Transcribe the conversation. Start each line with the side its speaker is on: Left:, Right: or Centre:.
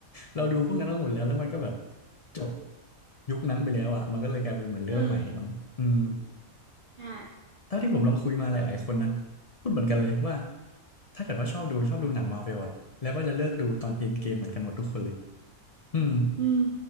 Left: เราดูพวกนั้นมาหมดแล้วแล้วมันก็แบบจบยุคนั้นไปแล้วอ่ะมันก็เลยกลายเป็นเหมือนเริ่มใหม่มั้งอืม
Right: เออ ใช่
Left: เท่าที่ผมลองคุยมาหลายๆคนนะพูดเหมือนกันเลยว่าถ้าเกิดว่าชอบดูชอบดูหนังมาร์เวลอ่ะแล้วก็จะเลิกดูตอนเอ็นเกมเหมือนกันหมดทุกคนเลยอืม
Right: อืม